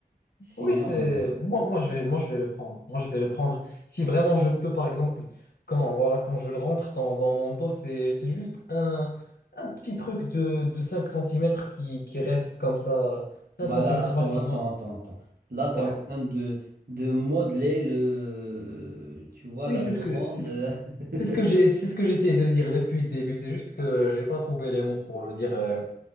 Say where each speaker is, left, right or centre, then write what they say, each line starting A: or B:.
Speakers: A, on the right; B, on the left.
A: Sinon,
B: Oui, c'est
A: euh,
B: moi, moi, je vais, moi, je vais le prendre. Moi, je vais le prendre. Si vraiment je peux, par exemple, quand, voilà, quand je le rentre dans, dans mon dos, c'est c'est juste un, un petit truc de, de 5 centimètres qui, qui reste comme ça, 5
A: bah
B: centimètres
A: là, attends,
B: maximum.
A: attends, attends, attends. Là, tu
B: Ouais.
A: es en train de, de modeler le, tu vois,
B: Oui,
A: la
B: c'est ce
A: demande.
B: que, c'est ce
A: <laughs>
B: C'est ce que j'ai, c'est ce que j'essayais de dire depuis le début. C'est juste que j'ai pas trouvé les mots pour le dire euh,